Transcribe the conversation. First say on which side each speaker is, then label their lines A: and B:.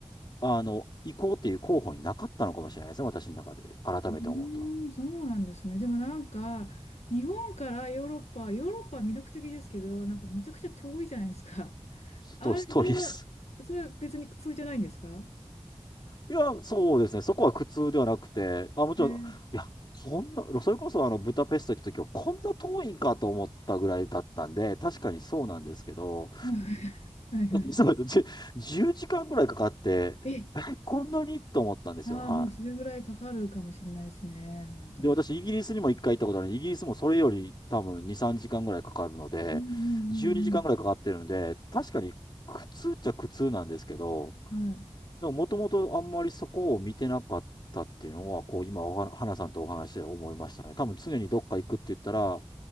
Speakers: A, on the left (about 45°); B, on the left (about 80°).
A: あの、行こうっていう候補になかったのかもしれないですね、私の中で。改めて思うと。
B: うーん、そうなんですね。でもなんか、日本からヨーロッパ、ヨーロッパは魅力的ですけど、なんかむちゃくちゃ遠いじゃないですか。あれ、
A: そうそうです。
B: それは、それは別に苦痛じゃないんですか
A: いや、そうですね。そこは苦痛ではなくて、あ、もちろん、
B: えー、
A: いや、そんな、それこそあの、ブダペスト行った時は、こんな遠いんかと思ったぐらいだったんで、確かにそうなんですけど、
B: うん <laughs> はいは
A: <laughs> そうです。じゅ10、時間ぐらいかかって、
B: い。え、
A: え、こんなにと思ったんですよ。
B: ああ、
A: は
B: もうそれぐらいかかるかもしれないですね、本当に。
A: い。で、私、イギリスにも一回行ったことあるのでイギリスもそれより多分2、3時間ぐらいかかるので、
B: うんうんうん
A: 12時間ぐらいかかってるので、確かに苦痛っちゃ苦痛なんですけど、
B: うん。はい。
A: でももともとあんまりそこを見てなかったっていうのは、こう、今おは、花さんとお話で思いましたね。多分常にどっか行くって言ったら、